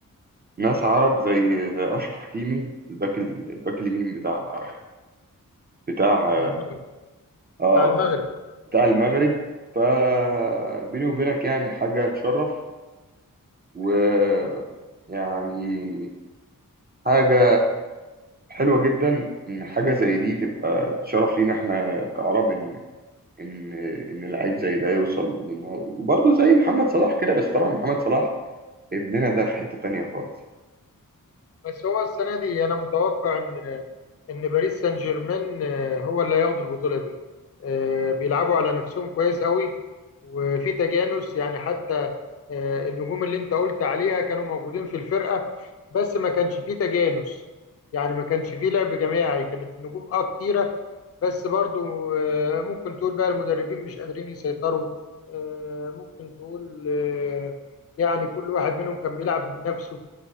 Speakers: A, on the right; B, on the left.
A: ناس عرب زي زي اشرف حكيمي الباك ال- الباك اليمين بتاع بتاع
B: بتاع المغرب
A: اه
B: بتاع المغرب.
A: بتاع المغرب فبيني وبينك يعني حاجة تشرف و يعني حاجة حلوة جدا إن حاجة زي دي تبقى شرف لينا إحنا كعرب إن إن إن لعيب زي ده يوصل للنهائي وبرضه زي محمد صلاح كده بس طبعا محمد صلاح ابننا ده في حتة تانية خالص يعني.
B: بس هو السنة دي أنا متوقع إن ان باريس سان جيرمان آه، هو اللي هياخد البطوله دي آه، بيلعبوا على نفسهم كويس قوي وفي تجانس يعني حتى آه، النجوم اللي انت قلت عليها كانوا موجودين في الفرقه بس ما كانش فيه تجانس يعني ما كانش فيه لعب جماعي كانت النجوم اه كتيره بس برضو آه، ممكن تقول بقى المدربين مش قادرين يسيطروا آه، ممكن تقول آه، يعني كل واحد منهم كان بيلعب بنفسه